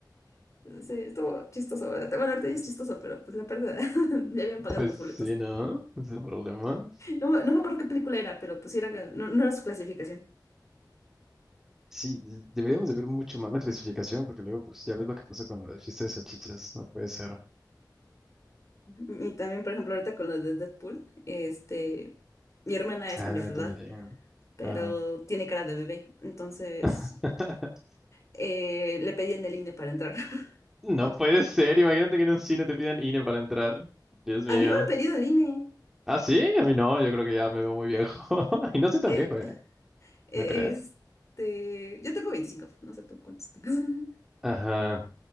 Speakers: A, on the left; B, in the centre.
A: Sí, estuvo chistoso. ¿verdad? Bueno, ahorita ya es chistoso, pero pues la pérdida. <laughs> Ya habían pagado
B: Pues
A: los
B: sí,
A: boletos.
B: ¿no? Ese es el problema.
A: No, me- no me acuerdo qué película era, pero pues sí era, no, no era su clasificación.
B: Sí, de- deberíamos de ver mucho más la clasificación, porque luego, pues ya ves lo que pasa con la fiesta de salchichas. No puede ser.
A: Y también, por ejemplo, ahorita con lo de Deadpool, este, mi hermana es
B: Ah,
A: mayor de
B: también.
A: edad. pero
B: Ajá.
A: tiene cara de bebé. Entonces,
B: <laughs>
A: eh, le pedí en el INE para entrar. <laughs>
B: No puede ser. Imagínate que en un cine te pidan INE para entrar. Dios mío.
A: A mí me han pedido el INE.
B: Ah, sí, a mí no. Yo creo que ya me veo muy viejo. <laughs> Y no soy tan
A: Eh,
B: viejo, ¿eh?
A: eh,
B: ¿No crees?
A: este, yo tengo 25, no sé tú cuántos tengas. <laughs>
B: Ajá.